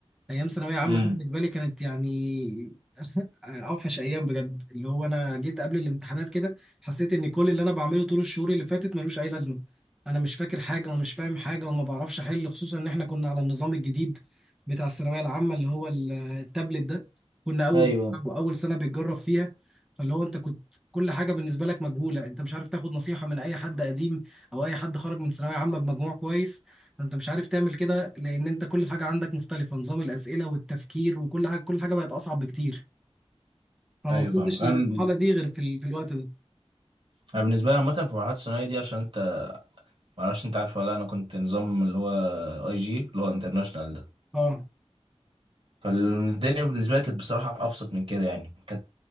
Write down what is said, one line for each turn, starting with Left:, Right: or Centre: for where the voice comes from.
Centre: ايام ثانويه عامه
Right: امم
Centre: دي بالنسبه لي كانت يعني <laughs> اوحش ايام بجد اللي هو انا جيت قبل الامتحانات كده حسيت ان كل اللي انا بعمله طول الشهور اللي فاتت ملوش اي لازمه انا مش فاكر حاجه ومش فاهم حاجه وما بعرفش احل خصوصا ان احنا كنا على النظام الجديد بتاع الثانويه العامه اللي هو ال- التابلت ده كنا اول
Right: ايوه
Centre: واول سنه بتجرب فيها فاللي هو انت كنت كل حاجه بالنسبه لك مجهوله انت مش عارف تاخد نصيحه من اي حد قديم او اي حد خرج من ثانويه عامه بمجموع كويس فانت مش عارف تعمل كده لان انت كل حاجه عندك مختلفه نظام الاسئله والتفكير وكل حاجه كل حاجه بقت اصعب بكتير فما
Right: ايوه
Centre: وصلتش
Right: فاهم
Centre: للمرحله
Right: انا
Centre: دي غير في ال... في الوقت ده
Right: أنا بالنسبه لي عامه في مرحله الثانويه دي عشان انت معرفش انت عارف ولا لأ، انا كنت نظام اللي هو اي جي اللي هو انترناشونال ده
Centre: اه
Right: فالدنيا بالنسبه لي كانت بصراحه ابسط من كده يعني كانت